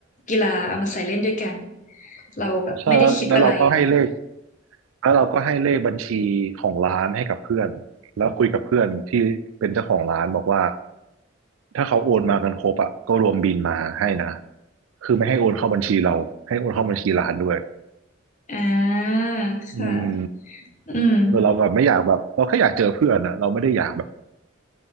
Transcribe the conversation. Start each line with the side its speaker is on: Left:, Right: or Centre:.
Left: กีฬาเอามาใส่เล่นด้วยกันเราแบบไม่ได้คิดอะไร
Right: ใช่แล้วแล้วเราก็ให้เลขแล้วเราก็ให้เลขบัญชีของร้านให้กับเพื่อนแล้วคุยกับเพื่อนที่เป็นเจ้าของร้านบอกว่าถ้าเขาโอนมากันครบอ่ะก็รวมบินมาให้นะคือไม่ให้โอนเข้าบัญชีเราให้โอนเข้าบัญชีร้านด้วย
Left: อ่าค่ะ
Right: อืม
Left: อืม
Right: เราแบบไม่อยากแบบเราแค่อยากเจอเพื่อนอะเราไม่ได้อยากแบบ